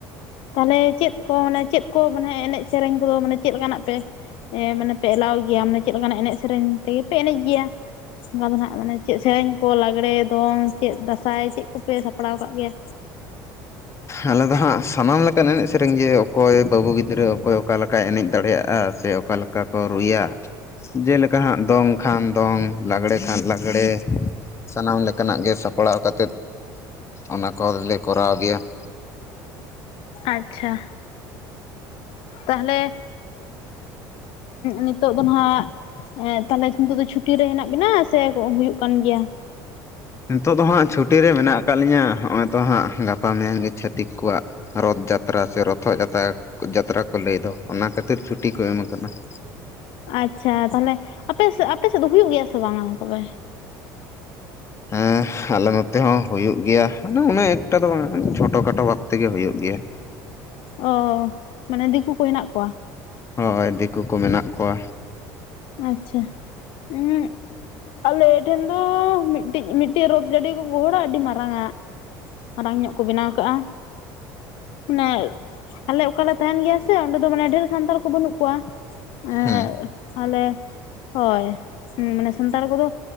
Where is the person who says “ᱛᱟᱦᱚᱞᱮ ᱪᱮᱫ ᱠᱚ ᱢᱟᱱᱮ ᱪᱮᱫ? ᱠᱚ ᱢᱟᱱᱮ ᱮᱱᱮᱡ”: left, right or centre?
Left